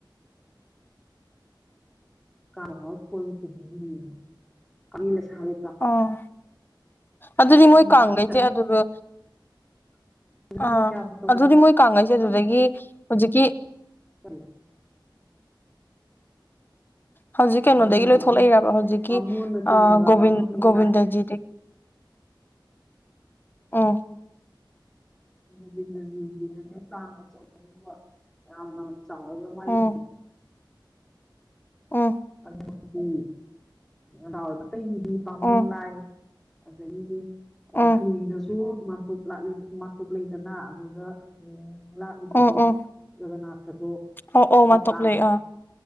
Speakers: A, in the centre; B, on the left (about 25°).
A: ꯀꯥꯎꯏ ꯄꯨꯕꯤꯂ ꯁꯥꯔ
B: ꯑꯣ ꯑꯗꯨꯗꯤ
A: ꯄꯥꯈꯪ
B: ꯃꯣꯏ
A: ꯃꯌꯥꯝ
B: ꯀꯥꯡꯈꯩꯁꯦ
A: ꯆꯠꯅꯤ
B: ꯑꯗꯨꯗ
A: <inaudible>
B: ꯑꯥ
A: ꯀꯌꯥꯕꯨ ꯇꯧꯒ꯭ꯔꯦ
B: ꯑꯗꯨꯗꯤ ꯃꯣꯏ ꯀꯥꯡꯉꯩꯁꯦ ꯑꯗꯨꯗꯒꯤ
A: ꯇꯧ
B: ꯍꯧꯖꯤꯛꯀꯤ
A: ꯀꯔꯤ
B: ꯑ ꯍꯧꯖꯤꯛ
A: ꯕꯥꯃꯣꯟꯗꯒꯤ
B: ꯀꯩꯅꯣꯗꯒꯤ ꯂꯣꯏꯊꯂꯛꯏꯔꯕ ꯍꯧꯖꯤꯛꯀꯤ
A: ꯕꯥꯃꯣꯟꯅ ꯆꯤꯡꯉꯦꯕ
B: ꯒꯣ
A: ꯕꯥꯃꯣꯟꯒꯤ ꯂꯥꯏ
B: ꯒꯣꯕꯤꯟꯗꯖꯤ ꯑꯥ
A: ꯒꯣꯕꯤꯟꯗꯖꯤꯒꯤꯅꯅꯦꯄꯥ ꯑꯆꯧꯕ ꯌꯥꯝꯅ ꯆꯥꯎꯕ ꯃꯥꯏꯅꯤ
B: ꯎꯝ ꯑꯣ
A: ꯑꯗꯨꯗꯤ ꯑꯗꯥ ꯑꯣꯏꯕ ꯑꯇꯩꯒꯤꯗꯤ ꯕꯥꯕꯨꯟ
B: ꯎꯝ
A: ꯂꯥꯏ ꯑꯗꯒꯤ ꯋꯥꯡꯈꯩꯒꯤꯗꯁꯨ
B: ꯎꯝ
A: <unintelligible> <unintelligible> ꯃꯥꯟꯇꯣꯞ ꯂꯩꯗꯅ ꯑꯗꯨꯗ <unintelligible> <unintelligible> ꯕꯗꯣ
B: ꯎꯝ ꯎꯝ
A: ꯖꯒꯅꯥꯊꯗꯣ
B: ꯑꯣ
A: <unintelligible>
B: ꯑꯣ ꯃꯥꯟꯇꯣꯞ
A: ꯇꯥꯡ
B: ꯂꯩ ꯑꯥ